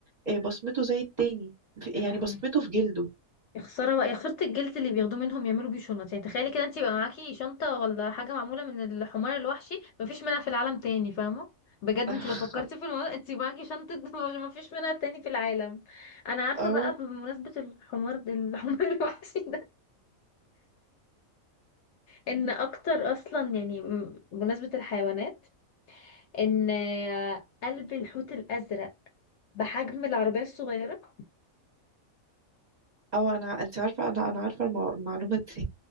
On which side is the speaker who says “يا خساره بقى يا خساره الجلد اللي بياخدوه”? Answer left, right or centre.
Left